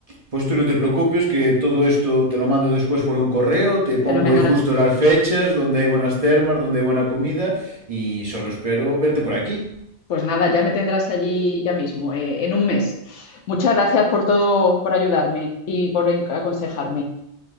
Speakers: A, on the right; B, on the left.
A: Pues tú no te preocupes, que todo esto te lo mando después por un correo, te pongo
B: Fenomenal.
A: ahí justo las fechas, donde hay buenas termas, donde hay buena comida, y solo espero verte por aquí.
B: Pues nada, ya me tendrás allí ya mismo, eh, en un mes. Muchas gracias por todo, por ayudarme y por en- aconsejarme.